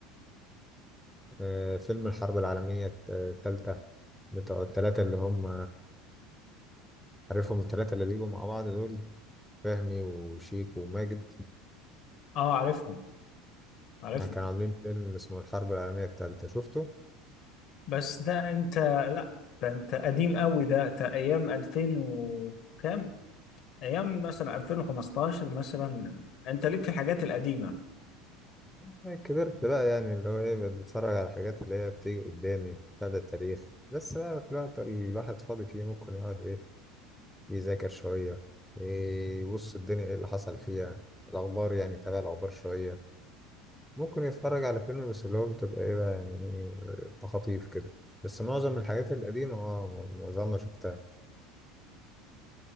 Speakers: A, in the centre; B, on the left (about 55°).
A: آه فيلم الحرب العالمية الت- التالتة بتوع التلاتة اللي هم عارفهم التلاتة اللي بيجوا مع بعض دول فهمي وشيك وماجد
B: اه عارفهم عارفه
A: يعني كانوا عاملين فيلم اسمه الحرب العالمية التالتة شفته؟
B: بس ده انت لا ده انت قديم قوي ده ده ايام 2000 وكام ايام مثلا 2015 مثلا انت ليك في الحاجات القديمه
A: أنا كبرت بقى يعني اللي هو إيه بقيت بتفرج على حاجات اللي هي بتيجي قدامي بتاع التاريخ بس بقى في الوقت اللي الواحد فاضي فيه ممكن يقعد إيه يذاكر شوية إيه يبص الدنيا إيه اللي حصل فيها الأخبار يعني تابع الأخبار شوية ممكن يتفرج على فيلم بس اللي هو بتبقى إيه بقى يعني تخاطيف كده بس معظم الحاجات القديمة آه معظمها شفتها